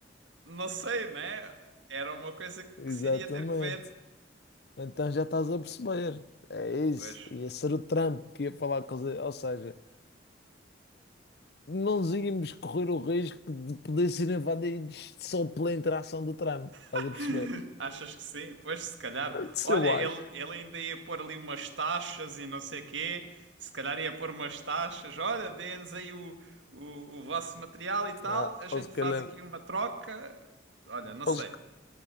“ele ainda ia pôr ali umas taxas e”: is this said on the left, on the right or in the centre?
Right